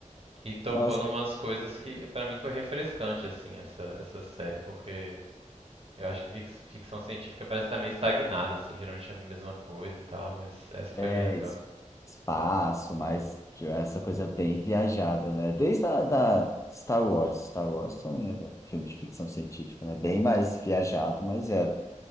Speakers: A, on the right; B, on the left.
A: E tocou
B: Nossa,
A: numas coisas que pra mim foi refrescante assim essa essa série, porque eu acho que fix- ficção científica parece estar meio estagnada assim, geralmente é a mesma coisa e tal, mas essa foi
B: é
A: bem legal.
B: es- espaço, mas tipo, essa coisa bem viajada, né? Desde a da Star Wars. Star Wars também era filme de ficção científica, né? Bem mais viajado, mas é.